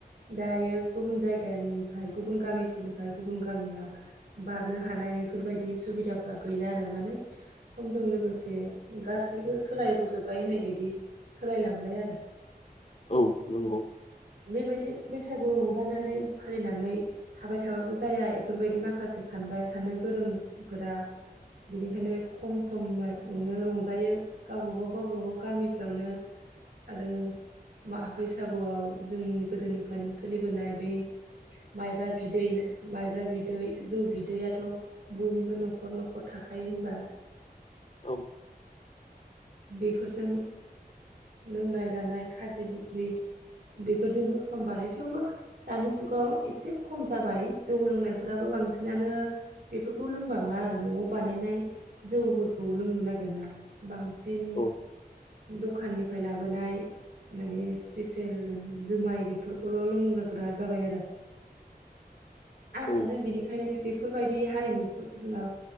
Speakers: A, on the right; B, on the left.
A: दायो गुबुन जायगानिफ्राय गुबुन गामिफोरनिफ्राय गुबुन गामियाव बारनो हानाय बेफोरबायदि सुबिदाफ्रा गैला आरो मानो‌ समजों लोगोसे गासैबो सोलायबोजोबबाय होननाय बायदि सोलायलांबाय आरो
B: औ नंगौ
A: बेबायदि बैसागु रंजानानै फालिनानै थाबाय थाबाबो जाया इफोरबायदि माखासे सानबाय सानो गोरोंफोरा बिनिखायनो खम समायावनो रंजायो गावबागाव गावबागाव गामिफ्रावनो आरो मा बैसागुआव जों गोदोनिफ्रायनो सोलिबोनाय बै माइब्रा बिदै माइब्रा बिदै जौ बिदैयाथ बयनिबो न'खर न'खर थाखायो होनबा <inaudible>
B: औ
A: बेफोरजों लोंनाय जानाय खाजि बुख्रि बेफोरजोंबो सम बारो थेवबो दानि जुगाव एसे खम जाबाय जौ लोंनायफोराबो बांसिनानो बेफोरखौ लोंबांला आरो न'आव बानायनाय जौफोरखौ लोंनो नागिरला बां सिन
B: औ
A: दखाननिफ्राय लाबोनाय माने स्पेसियेल जुमाय बेफोरखौल' लोंग्रा जाबाय आरो आं
B: औ
A: सानो बिनिखायनो बे फोरबाय बे हारिमुफोरा